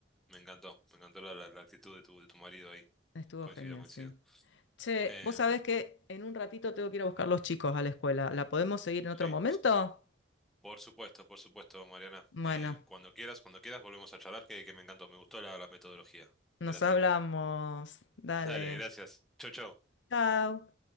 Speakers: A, in the centre; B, on the left.
A: Me encantó. Me encantó la, la- la actitud de tu, de tu marido ahí.
B: Estuvo
A: Coincido,
B: genial,
A: coincido.
B: sí. Che,
A: Em,
B: vos sabés que en un ratito tengo que ir a buscar los chicos a la escuela. ¿La podemos seguir en otro
A: sí,
B: momento?
A: por supuesto, por supuesto, Mariana.
B: Bueno.
A: Em, cuando quieras, cuando quieras, volvemos a charlar, que, que me encantó. Me gustó la, la metodología
B: Nos
A: de la trivia.
B: hablamos. Dale.
A: Dale, gracias. Chau, chau.
B: Chao.